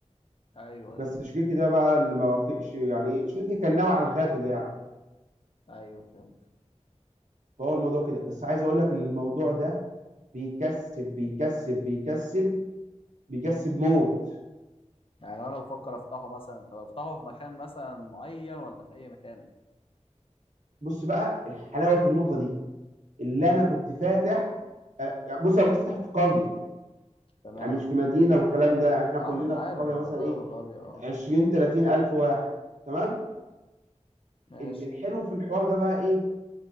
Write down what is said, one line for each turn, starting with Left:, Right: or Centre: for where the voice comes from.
Left: ايوه
Right: بس
Left: ايوه
Right: شريكي ده بقى اللي ما وافقش يعني إيه، شريكي كان ناوي على الغدر يعني
Left: ايوه فهمت
Right: فهو الموضوع كده بس عايز اقول لك ان الموضوع ده بيكسب بيكسب بيكسب بيكسب موت
Left: يعني انا بفكر افتحه مثلا طب افتحه في مكان مثلا معين ولا في اي مكان
Right: بص بقى الحلاوه في النقطه دي اللي انا كنت فاتح آه، يعني بص انا كنت فاتح في قريه
Left: تمام
Right: يعني مش في مدينه والكلام ده يعني احنا
Left: اه
Right: كلنا
Left: ما انا
Right: في
Left: عارف
Right: القريه
Left: انت
Right: مثلا
Left: فاهم
Right: ايه
Left: غالية اه
Right: 20 30 الف واحد تمام
Left: ماشي
Right: ال- الحلو في الحوار ده بقى ايه